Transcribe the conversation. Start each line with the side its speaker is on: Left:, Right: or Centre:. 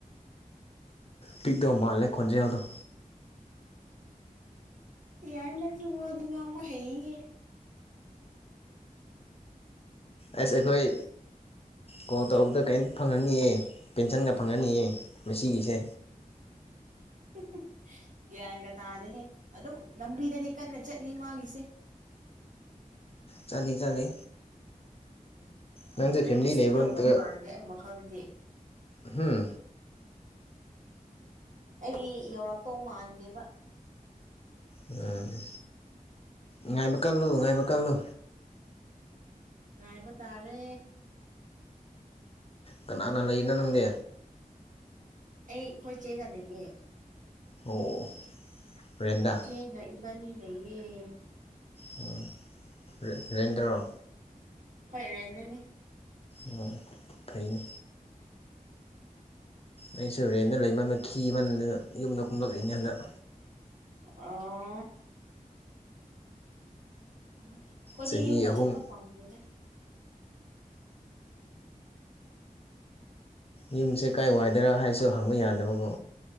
Left: ꯄꯤꯛꯇꯥꯎ ꯃꯥꯜꯂꯦ ꯈꯣꯟꯖꯦꯜꯗꫭ
Right: ꯌꯥꯏ ꯅꯪꯁꯨ ꯋꯥꯗꯤ ꯉꯥꯡꯕ ꯍꯩꯌꯦꯌꯦ꯫
Left: ꯑꯁ ꯑꯩꯈꯣꯏ ꯀꯣ ꯇꯧꯕꯗ ꯀꯩꯝ ꯐꯪꯍꯟꯅꯤꯑꯦ ꯄꯦꯟꯁꯟꯒ ꯐꯪꯍꯟꯅꯤꯑꯦ ꯉꯁꯤꯒꯤꯁꯦ
Right: <unintelligible> ꯒ꯭ꯌꯥꯟꯒ ꯇꯥꯗꯦꯍꯦ ꯑꯗꯨꯝ ꯂꯝꯕꯤꯗꯗꯤ ꯀꯟꯅ ꯆꯠꯂꯤ ꯃꯥꯒꯤꯁꯦ
Left: ꯆꯠꯂꯤ ꯆꯠꯂꯤ
Right: ꯈꯪꯗ꯭ꯔꯦ
Left: ꯅꯪꯁꯦ ꯐꯦꯃꯤꯂꯤ
Right: ꯉꯁꯤ
Left: ꯂꯩꯕ꯭ꯔꯣ
Right: ꯌꯥꯎꯗꯧ
Left: ꯅꯠꯇ꯭ꯔꯒ
Right: ꯃꯥꯟꯗ꯭ꯔꯦ ꯑꯩ ꯋꯥꯈꯜꯗꯗꯤ
Left: ꯍꯨꯝ
Right: ꯑꯩ ꯌꯧꯔꯛꯇꯧ ꯃꯥꯟꯗꯦꯕ
Left: ꯎꯝ ꯉꯥꯏꯕ ꯀꯜꯂꯨ ꯉꯥꯏꯕ ꯀꯜꯂꯨ
Right: ꯉꯥꯏꯕ ꯇꯥꯔꯦ꯫
Left: ꯀꯅꯥꯅ ꯂꯩꯅꫭ ꯅꯪꯗꯤ꯫
Right: ꯑꯩ ꯈꯣꯏ ꯆꯦꯒ ꯂꯩꯌꯦ
Left: ꯑꯣ ꯔꯦꯟꯗ
Right: ꯏꯆꯦꯒ ꯏꯕꯥꯏꯅꯤ ꯂꯩꯌꯦ
Left: ꯎꯝ ꯔꯦꯟ ꯔꯦꯟꯗꯔꯣ
Right: ꯍꯣꯏ ꯔꯦꯟꯗꯅꯦ
Left: ꯑꯣ ꯐꯩꯅꯦ ꯑꯩꯁꯨ ꯔꯦꯟꯗ ꯂꯦꯟꯇ ꯀꯤꯃꯟꯗꯅ ꯌꯨꯝꯗ ꯀꯨꯝꯂꯛꯔꯤꯅꯦ ꯍꯟꯗꯛ
Right: ꯑꫭ ꯑꯩꯈꯣꯏꯗꯤ
Left: ꯆꯍꯤ
Right: ꯌꯨꯝꯒ
Left: ꯑꯍꯨꯝ
Right: ꯆꯠꯄ ꯐꯪꯗꯦꯗ
Left: ꯌꯨꯝꯁꯦ ꯀꯥꯏ ꯋꯥꯏꯗꯔ ꯍꯥꯏꯁꯨ ꯍꯪꯕ ꯌꯥꯗꯕꯀꯣ